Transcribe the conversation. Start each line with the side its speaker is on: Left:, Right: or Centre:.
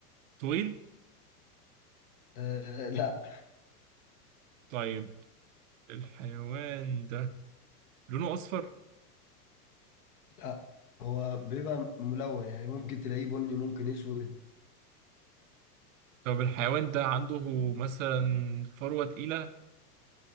Right: طويل
Left: آه، لا
Right: طيب الحيوان ده لونه أصفر
Left: لا هو بيبقى ملون يعني ممكن تلاقيه بني ممكن اسود
Right: طب الحيوان ده عنده مثلا فروة تقيلة